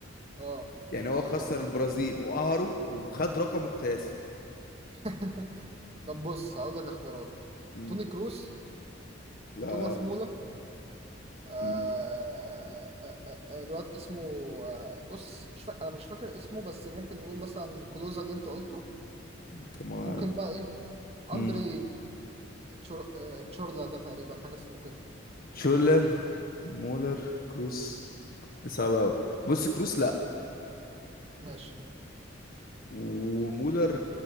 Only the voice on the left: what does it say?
يعني هو
خسر
البرازيل وقهره وخد رقمه القياسي
مم.
لا
مم.
طب ما
مم.
تشولن مولر كروس دي صعبه قوي بص كروس لا
ومولر